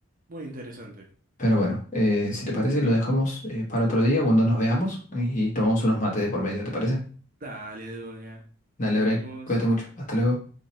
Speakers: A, on the right; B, on the left.
A: muy interesante.
B: Pero bueno, eh, si te parece, lo dejamos eh, para otro día cuando nos veamos y tomamos unos mates de por medio, ¿te parece?
A: Dale, Duña,
B: Dale,
A: nos
B: Bre,
A: vemos.
B: cuídate mucho. Hasta luego.